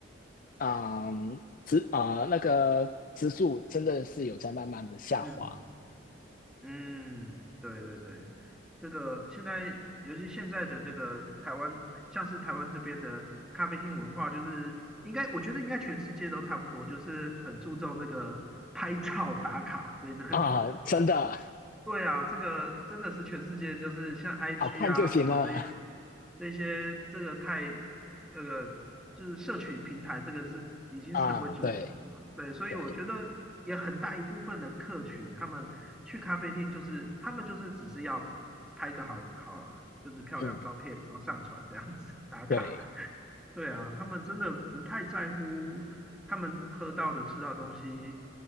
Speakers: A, on the left; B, in the centre.
A: 啊植啊那个植数真的是有在慢慢的下滑。
B: 嗯。嗯，对对对，这个现在，尤其现在的这个台湾，像是台湾这边的咖啡厅文化，就是应该，我觉得应该全世界都差不多，就是很注重那个拍照打卡这一个 <laughs>
A: 啊，真的，
B: 对啊，这个真的是全世界，就是像 IG
A: 好看就行了
B: 啊什么这些这些，这个太那个就是社群平台，这个是已经成为主流了嘛。
A: 啊。对
B: 对，所以我觉得也很大一部分的客群，
A: 对，
B: 他们去咖啡厅就是他们就是只是要拍个好好就是漂亮照片，
A: 嗯
B: 然后上传这样子打卡。
A: 对
B: 对啊，他们真的不太在乎他们喝到的、吃到的东西